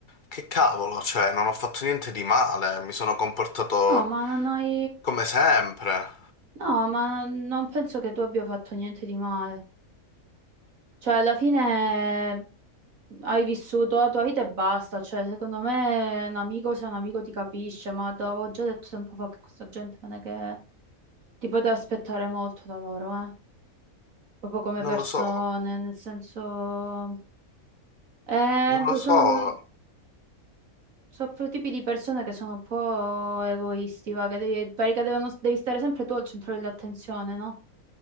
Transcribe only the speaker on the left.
Che cavolo, cioè, non ho fatto niente di male, mi sono comportato
come sempre.
Non
lo so,
non lo so.